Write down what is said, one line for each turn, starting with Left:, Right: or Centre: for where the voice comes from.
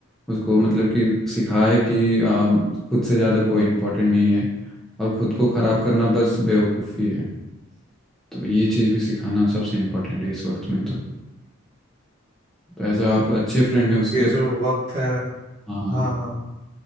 Centre: उसको मतलब कि सिखाए कि आम, खुद से ज़्यादा कोई इम्पोर्टेंट नहीं है और खुद को ख़राब करना बस बेवकूफ़ी है तो ये चीज़ भी सिखाना सबसे इम्पोर्टेंट है इस वक्त में तो एज आप अच्छे फ्रेंड हैं उसके
Right: ये
Centre: तो
Right: जो वक्त है
Centre: हाँ हाँ
Right: हाँ हाँ